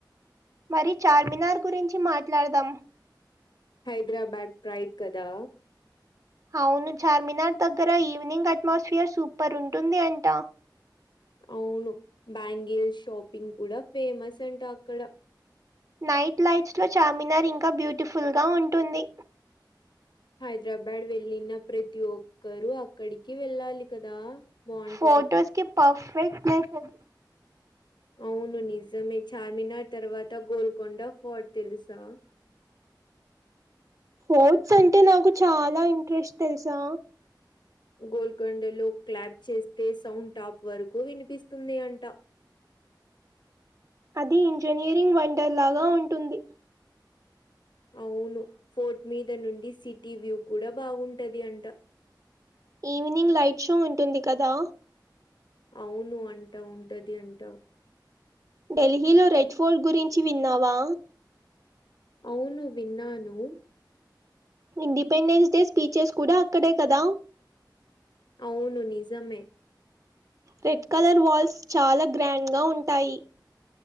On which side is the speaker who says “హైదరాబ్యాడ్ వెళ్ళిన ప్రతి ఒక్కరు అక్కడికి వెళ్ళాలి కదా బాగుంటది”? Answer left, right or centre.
Left